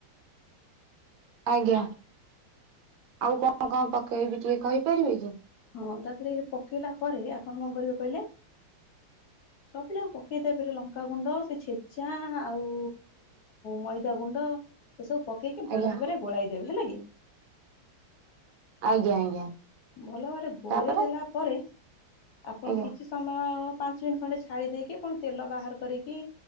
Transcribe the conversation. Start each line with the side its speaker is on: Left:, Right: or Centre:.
Right: ଆଜ୍ଞା। ଆଉ କଣ କଣ ପକେଇବି ଟିକେ କହିପାରିବେ କି
Left: ହଁ ତାଧୀରେ ପକେଇଲା ପରେ ଆପଣ କଣ କରିବେ କହିଲେ ସବୁ ଯାକ ପକେଇତାପରେ ଲଙ୍କାଗୁଣ୍ଡ ସେ ଛେଚା ଆଉ ମଇଦା ଗୁଣ୍ଡ ଏସବୁ ପକେଇକି ଭଲ
Right: ଆଜ୍ଞା
Left: ଭାବରେ ଗୋଳାଇ ଦେବେ ହେଲା କି
Right: ଆଜ୍ଞା ଆଜ୍ଞା।
Left: ଭଲ ଭାବରେ ଗୋଳେଇ
Right: ତାପରେ
Left: ଦେଲା ପରେ ଆପଣ
Right: ଆଜ୍ଞା
Left: କିଛି ସମୟ ପାଞ୍ଚ ମିନିଟ୍ ଖଣ୍ଡେ ଛାଡି ଦେଇକି କଣ ତେଲ ବାହାର କରିକି